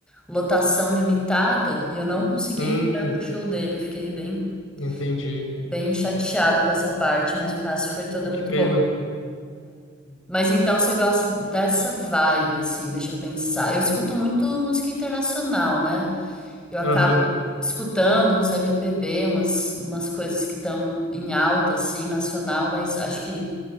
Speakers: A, in the centre; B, on the left.
A: lotação limitada e eu não conseguia
B: Hum,
A: entrar pro show dele. Eu fiquei bem,
B: entendi.
A: bem chateada com essa parte, mas o resto foi toda
B: Pô, que
A: muito
B: pena.
A: bom. Mas então você gosta dessa vibe, assim, deixa eu pensar. Eu escuto muito música internacional, né? Eu acabo
B: Aham,
A: escutando uns MPB, umas, umas coisas que estão em alta, assim, nacional, mas acho que